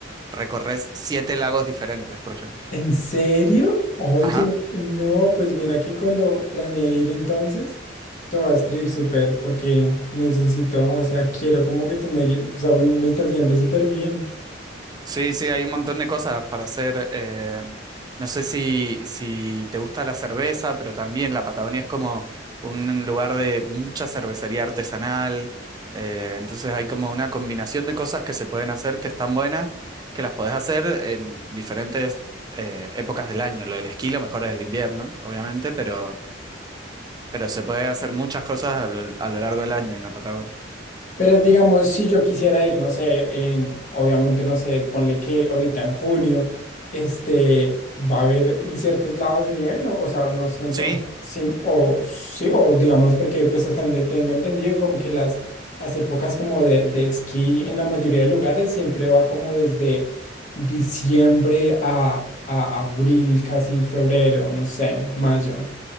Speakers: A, on the right; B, on the left.
A: recorres siete lagos diferentes, por ejemplo.
B: ¿En serio? Oye,
A: Ajá.
B: no, pues mira que cuando planeé ir entonces, te voy a escribir súper porque necesito, o sea, quiero como que tú me guíes, o sea, me estás guiando súper bien.
A: Sí, sí, hay un montón de cosas para hacer. eh, no sé si, si te gusta la cerveza, pero también la Patagonia es como un lugar de mucha cervecería artesanal. eh, entonces hay como una combinación de cosas que se pueden hacer que están buenas, que las podés hacer en diferentes eh, épocas del año. Lo del esquí lo mejor es el invierno, obviamente, pero, pero se puede hacer muchas cosas a lo, a lo largo del año en la Patagonia.
B: Pero digamos, si yo quisiera ir, no sé, en, obviamente, no sé, ponle que ahorita en junio, este, va a haber en ciertos lados nieve, ¿no? O sea, no siento,
A: Sí,
B: sien- o sí, o digamos, porque pues hasta donde tengo entendido, como que las, las épocas como de, de esquí en la mayoría de lugares siempre va como desde diciembre a, a abril, casi febrero, no sé, mayo.